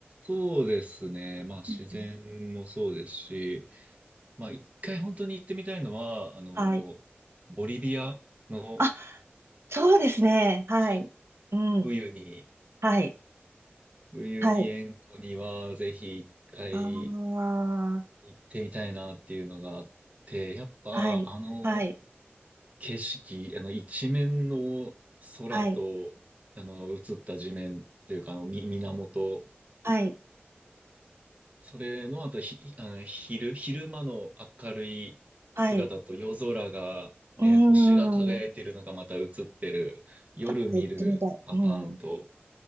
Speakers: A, on the right (about 35°); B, on the right (about 80°).
A: そうですね。まあ自然もそうですし、
B: うんうん
A: まあ一回本当に行ってみたいのは、あの、
B: はい。
A: ボリビアの
B: あ、そうですね。はい。
A: はい
B: うん。
A: ウユニ、
B: はい。
A: ウユニ塩湖にはぜひ一回
B: はい。ああ、
A: 行ってみたいなっていうのがあって、やっぱあの
B: はい。はい。
A: 景色、あの一面の空と、
B: はい。
A: あの映った地面というかあのみ源、
B: はい。
A: それのあとひ、あの昼、昼間の明るい姿と夜空がね、
B: はい。うーん。
A: 星が輝いてるのがまた映ってる、夜見るパターンと、
B: ちょっと行ってみたい。うん。う